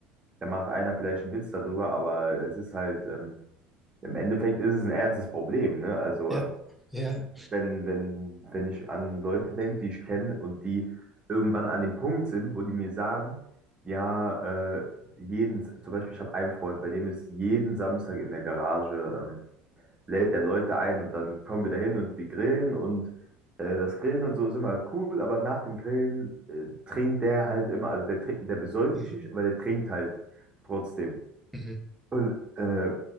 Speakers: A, on the right; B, in the centre.
A: Da macht einer vielleicht einen Witz darüber, aber es ist halt, ähm, im Endeffekt ist es ein ernstes Problem, ne? Also
B: Ja,
A: ähm,
B: ja.
A: wenn, wenn, wenn ich an Leute denke, die ich kenne und die irgendwann an dem Punkt sind, wo die mir sagen, ja, äh, jeden, zum Beispiel, ich habe einen Freund, bei dem ist jeden Samstag in der Garage, ähm, lädt der Leute ein und dann kommen wir dahin und wir grillen und äh, das Grillen und so ist immer cool, aber nach dem Grillen äh, trinkt der halt immer, also der, trin- der besäuft
B: Mhm.
A: sich nicht, aber der trinkt halt trotzdem.
B: Mhm.
A: Und äh,